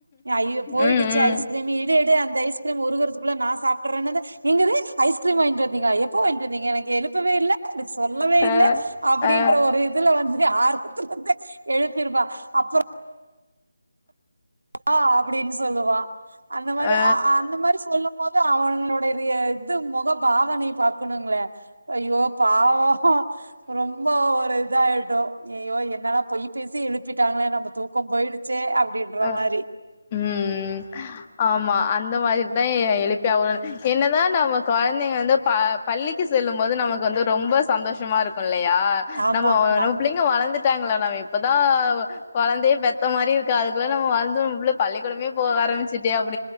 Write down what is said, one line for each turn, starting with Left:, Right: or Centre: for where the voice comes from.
Right: ஐயோ போயிடுச்சு
Left: ம் ம்
Right: ஐஸ்கிரீம் எடு எடு அந் தைஸ் இது உருகிறதுக்குள்ள நா சாப்பிறனது என்னாது ஐஸ்கிரீம் வாங்கிட்டு வந்தீங்க எப்போ வாங்கிட்டு வந்தீங்க எனக் வே இல்ல அத சொல்லவே இல்ல
Left: அ
Right: அப்டின்ற
Left: அ
Right: ஒரு இதுல வந் இதுலே ஆர் எழுப்பிருபா அப்பறம் ஆ அப்புடின் சொல்லுவா அந்த மாரி
Left: அ
Right: அஅ அந்த மாரி சொல்லு போது அவுங்களுடையது இது முக பாவனை பாக்கணுங்குளே ஐயோ பாவ ரொம்ப ஒரு இதாயி யோ ஐயயோ என்னன்னா பொய் பேசி எழுப்பிட்டாங்களே நம்ம தூக்க போயிருச்சே அப்டின்ற
Left: அ
Right: மாரி
Left: ம் ஆமா அந்த மாரிதா எ எழுப்பி என்னதா நம்ம கொழந்தைங்க வந்து ப பள்ளிக்கு செல்லு போது நமக்கு வந்து ரொம்ப சந்தோஷமா இருக்கு பில்லையா
Right: ஆமா
Left: நம்ம
Right: ஆமா
Left: நம்ம பிள்ளைங்க வளந்துட் <unintelligible> இப்பதா கொழந்தையே பெத்த மாரி இருக் இப்பெல்லா நம்ம வந்து பள்ளிக்கூடமே போக ஆரம்பச்சிட்டேப்